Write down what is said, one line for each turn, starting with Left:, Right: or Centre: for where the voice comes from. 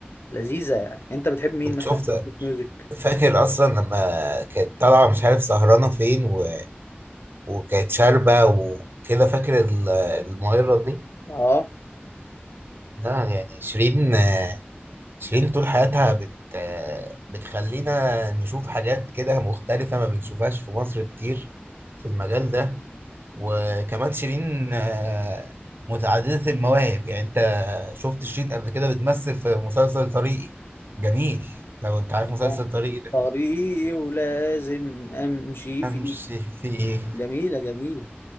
Left: لذيذة يعني أنت بتحب مين
Right: كنت
Left: مثلا
Right: شفت
Left: في البوب ميوزك؟
Right: فاكر اصلا لما كانت طالعه مش عارف سهرانه فين و... وكانت شاربه وكده فاكر ال- المغيره دي
Left: آه
Right: لا يعني شيرين شيرين طول حياتها بت... بتخلينا نشوف حاجات كده مختلفه ما بنشوفهاش في مصر كتير في المجال ده وكمان شيرين آه، متعدده المواهب يعني انت شفت شيرين قبل كده بتمثل في مسلسل طريقي جميل لو انت عارف
Left: الله
Right: مسلسل طريقي ده
Left: طريقي ولازم أمشي فيه
Right: امشي فيه
Left: جميلة جميلة